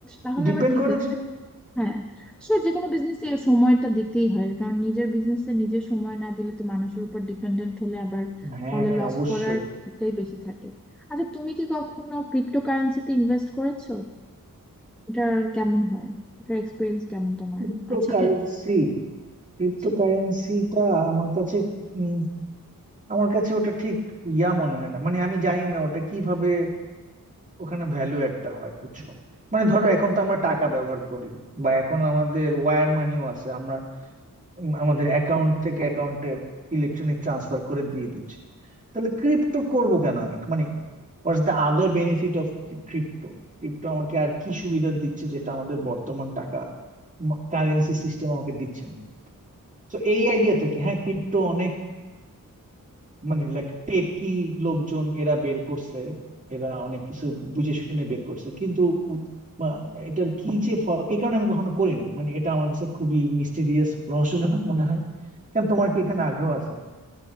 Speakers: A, in the centre; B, on the right.
A: তাহলে
B: ডিপেন্ড
A: আবার ঠিক
B: করে
A: আছে
B: যে
A: হ্যাঁ সে যে কোনো বিজনেসে সময়টা দিতেই হয় কারণ নিজের বিজনেসে নিজের সময় না দিলে তো মানুষের উপর ডিপেন্ডেন্ট হলে আবার
B: হ্যাঁ
A: তাহলে লস
B: অবশ্যই
A: করার দিকটাই বেশি থাকে আচ্ছা তুমি কি কখনো ক্রিপ্টো কারেন্সিতে ইনভেস্ট করেছো এটা কেমন হয় এটার এক্সপিরিয়েন্স কেমন তোমার
B: ক্রিপ্টোকারেন্সি
A: আছে কি
B: ক্রিপ্টোকারেন্সিটা
A: জি।
B: আমার কাছে উম, আমার কাছে ওটা ঠিক ইয়া মনে হয় না মানে আমি জানি না ওটা কিভাবে ওখানে ভ্যালু একটা হয় বুঝছো মানে ধরো এখন তো আমরা টাকা ব্যবহার করি বা এখন আমাদের ওয়্যার মানিও আছে আমরা উম, আমাদের অ্যাকাউন্ট থেকে অ্যাকাউন্টে ইলেকট্রনিক ট্রান্সফার করে দিয়ে দিচ্ছি তাহলে ক্রিপ্টো করব কেন আমি মানে what's the other benefit of crypto Crypto আমাকে আর কি সুবিধা দিচ্ছে যেটা আমাদের বর্তমান টাকা কারেন্সি সিস্টেম আমাকে দিচ্ছে না তো এই আইডিয়া থেকে হ্যাঁ ক্রিপ্টো অনেক মানে লাইক টেকি লোকজন এরা বের করছে এরা অনেক কিছু বুঝে শুনে বের করছে কিন্তু আহ, এটার কি যে ফল এই কারণে আমি কখনো করি নাই মানে এটা আমার কাছে খুবই মিস্টিরিয়াস রহস্যজনক মনে হয় কেন তোমার কি এখানে আগ্রহ আছে